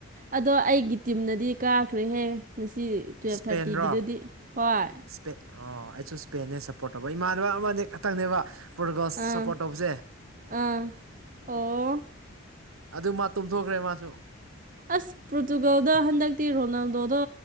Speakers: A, on the right; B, on the right.
A: ꯑꯗꯣ ꯑꯩꯒꯤ ꯇꯤꯝꯅꯗꯤ ꯀꯥꯈ꯭ꯔꯦꯍꯦ ꯉꯁꯤ ꯇꯨꯌꯦꯜꯞ
B: ꯏꯁꯄꯦꯟꯔꯣ
A: ꯊꯥꯔꯇꯤꯒꯤꯗꯨꯗꯤ ꯍꯣꯏ
B: ꯏꯁꯄꯦꯟ ꯑꯣ ꯑꯩꯁꯨ ꯁꯄꯦꯟꯅꯦ ꯁꯞꯄꯣꯔꯠ ꯇꯧꯕ ꯏꯃꯥꯟꯅꯕ ꯑꯃꯅꯦ ꯈꯛꯇꯪꯅꯦꯕ ꯄꯣꯔꯒꯣꯜ ꯁꯞꯄꯣꯔꯠ
A: ꯑꯥ
B: ꯇꯧꯕꯁꯦ
A: ꯑꯥ ꯑꯣ
B: ꯑꯗꯨ ꯃꯥ ꯇꯨꯝꯊꯣꯛꯈ꯭ꯔꯦ ꯃꯁꯨ
A: ꯑꯁ ꯄꯣꯔꯇꯨꯒꯜꯗꯣ ꯍꯟꯗꯛꯇꯤ ꯔꯣꯅꯜꯗꯣꯗꯣ